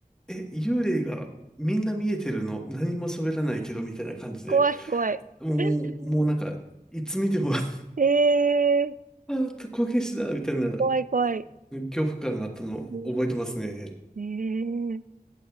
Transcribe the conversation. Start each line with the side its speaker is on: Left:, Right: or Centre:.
Centre: え、幽霊がみんな見えてるの何も喋らないけどみたいな感じで、
Right: 怖い、怖い。
Centre: もう、
Right: <laughs>
Centre: もうなんか、いつ見ても <laughs>
Right: ええ
Centre: あー、こけしだみたいな
Right: 怖い、怖い。
Centre: 恐怖感があったのを覚えてますね。
Right: ええええ